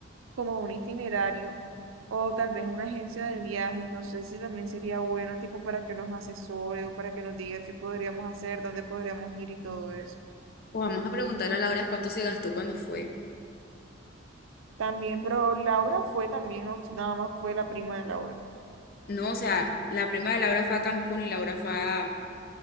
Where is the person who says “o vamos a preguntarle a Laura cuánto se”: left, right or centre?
Left